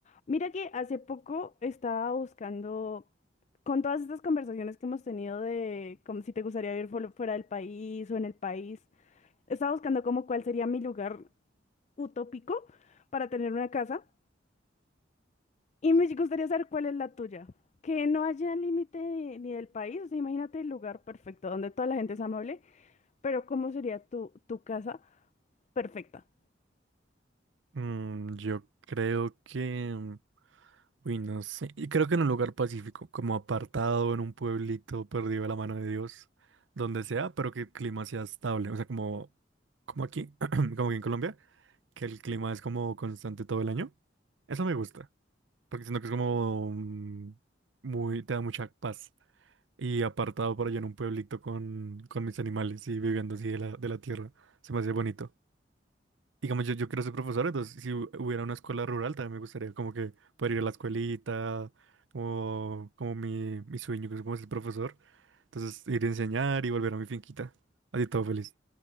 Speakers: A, on the left; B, on the right.
A: Mira que hace poco estaba buscando, con todas estas conversaciones que hemos tenido de como si te gustaría vivir fuera fuera del país o en el país, estaba buscando como cuál sería mi lugar utópico para tener una casa y me gustaría saber cuál es la tuya. Que no haya límite de- ni del país, o sea, imagínate el lugar perfecto donde toda la gente es amable, pero ¿cómo sería tu, tu casa perfecta?
B: Mm, yo creo que, mm, uy, no sé, y creo que en un lugar pacífico, como apartado en un pueblito perdido de la mano de Dios, donde sea, pero que el clima sea estable, o sea, como, como aquí, <clears throat> como aquí en Colombia, que el clima es como constante todo el año. Eso me gusta, porque siento que es como mm, muy, te da mucha paz. Y apartado por allá en un pueblito con, con mis animales y viviendo así de la, de la tierra, se me hace bonito. Digamos, yo, yo quiero ser profesor, entonces si hu- hubiera una escuela rural también me gustaría como que poder ir a la escuelita, o como mi, mi sueño que es como ser profesor. Entonces ir a enseñar y volver a mi finquita, así todo feliz.